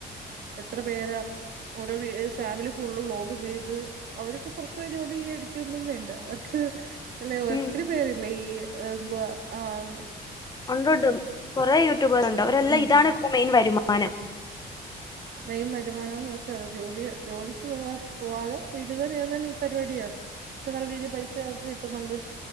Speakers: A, on the right; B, on the left.
A: എത്ര പേരാ ഓരോ വീ ഫാമിലി ഫുള്ള് വ്ളോഗ് ചെയ്ത് അവര് ക്ക് പുറത്ത പോയി ജോലി അടിക്കൊന്നും വേണ്ട അവർക്ക് എല്ലെ ഒത്തിരി
B: ഉം
A: പേരില്ലേ ഈ എന്തുവ ആഹ്
B: ഉണ്ടൊണ്ട് കുറേ യൂട്യൂബേർ ഉണ്ട് അവരെല്ലാം
A: ഉം
B: ഇതാണ് ഇവിടെ മെയിൻ വരുമാനം
A: മെയും വരുമാനംന്ന് വെച്ചാ ജോലി ജോലിക്ക് പോവാ പോവാതെ വീട്ടിതന്നേ ഈ പരിപാടിയാണ് പക്ഷെ നല്ല രീതി പൈസേ അവർക്ക് കിട്ടുന്നുണ്ട്